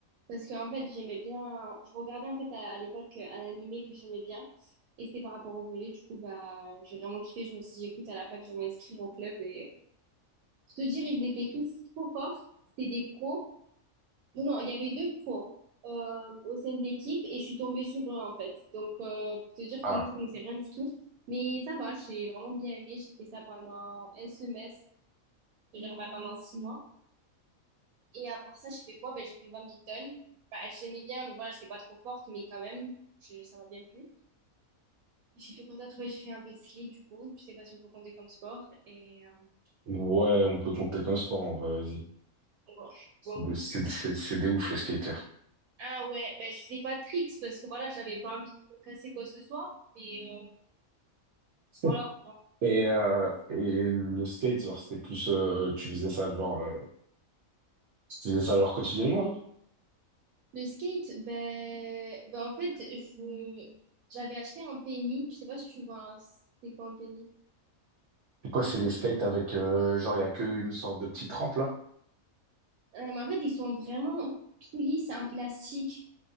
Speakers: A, on the right; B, on the right.
A: parce qu'en fait, j'aimais bien, je regardais en fait à, à l'époque euh, un animé que j'aimais bien, et c'était par rapport au volley. Du coup, bah, j'ai vraiment kiffé. Je me suis dit, écoute, à la fac, je vais m'inscrire au club. Et pour te dire, ils étaient tous trop forts. C'était des pros. Non, il y avait deux pros euh, au sein de l'équipe et je suis tombée sur eux en fait. Donc euh, pour te dire
B: Ah,
A: que moi je connaissais rien du tout. Mais ça va, j'ai vraiment bien aimé. J'ai fait ça pendant un semestre, je veux dire bah, pendant six mois. Et à part ça, j'ai fait quoi? Ben, j'ai fait badminton. Bah, j'aimais bien, mais voilà, j'étais pas trop forte, mais quand même, je- ça m'a bien plu. J'ai fait quoi d'autre? Ben, j'ai fait un peu de skate du coup. Je sais pas si on peut compter comme sport. Et euh,
B: ouais, on peut compter comme sport en vrai, vas-y.
A: bon.
B: C'est
A: Bon.
B: des, c'est des- c'est- c'est des ouf les skaters.
A: Ah ouais, ben, je faisais pas de tricks parce que voilà, j'avais pas envie de me casser quoi que ce soit. Mais euh,
B: <laughs>
A: voilà.
B: Et, euh, et le skate, genre, c'était plus, euh, tu faisais ça genre, euh, tu faisais ça genre quotidiennement? genre
A: Le skate, ben, ben en fait, je, j'avais acheté un penny. Je sais pas si tu vois, un- c'est quoi un penny?
B: C'est quoi, c'est les skates avec, euh, genre, il y a qu'une sorte de petite rampe là?
A: Euh, mais en fait, ils sont vraiment tout lisses, c'est un plastique.